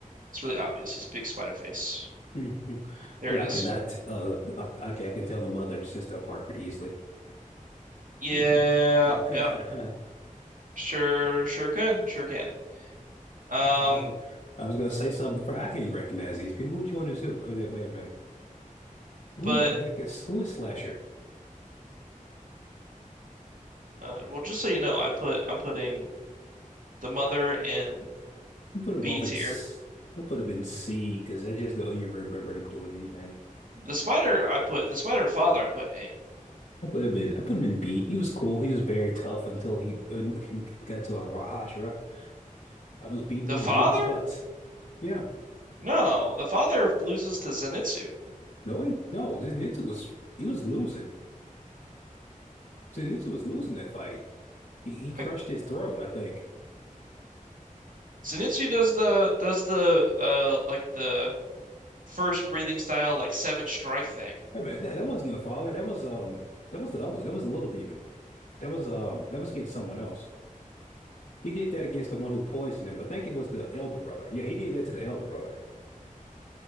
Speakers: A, on the right; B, on the left.
A: It's really obvious. He's a big spider face.
B: Mhm.
A: There
B: Look,
A: it
B: I
A: is.
B: cannot. Uh, uh, okay, I can tell the mother and sister apart pretty easily.
A: Yeah,
B: <laughs> I,
A: yeah, sure, sure can, sure can. Um,
B: was- I was gonna say something for I can't even recognize these people. Which one is who? Wait a wait a minute. Who
A: but
B: the heck is who is Slasher?
A: uh, well, just so you know, I put I'm putting the mother in
B: I put them
A: B
B: both
A: tier.
B: in. S- I put them in C because I just don't even remember them doing anything.
A: The spider I put the spider father I put in A.
B: I put him in. I put him in B. He was cool. He was very tough until he uh, <laughs> got to a Hashira. I was beating
A: The
B: these
A: father?
B: newbies' butts. Yeah.
A: No, the father loses to Zenitsu.
B: No, he no. Zenitsu was he was losing. Zenitsu was losing that fight. He he crushed
A: Uh,
B: his throat, I think.
A: Zenitsu does the does the uh like the first breathing style like seven strike thing.
B: I mean, that, that wasn't the father. That was um that was the other. one. That was the little demon. That was um that was against someone else. He did that against the one who poisoned him. I think it was the elder brother. Yeah, he did that to the elder brother.